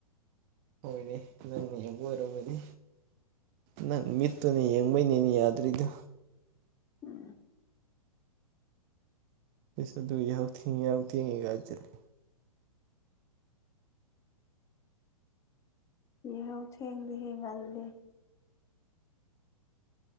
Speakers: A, on the right (about 25°); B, on the left (about 20°).
A: ꯍꯣꯏꯅꯦ ꯅꯪꯅ ꯌꯦꯡꯕ ꯑꯣꯏꯔꯝꯃꯅꯤ꯫ ꯅꯪ ꯃꯤꯠꯇꯨꯅꯦ ꯌꯦꯡꯕꯩꯅꯦꯅꯤ ꯌꯥꯗ꯭ꯔꯤꯗꯨ
B: ꯎꯝ
A: ꯄꯤꯁ ꯑꯗꯨ ꯌꯥꯎ ꯊꯦꯡꯉꯤ ꯌꯥꯎ ꯊꯦꯡꯉꯤꯒꯥꯏ ꯍꯥꯏꯖꯤꯜꯂꯦ꯫
B: ꯏꯍꯧ ꯊꯦꯡꯗꯤ ꯍꯦꯟꯒꯜꯂꯤ꯫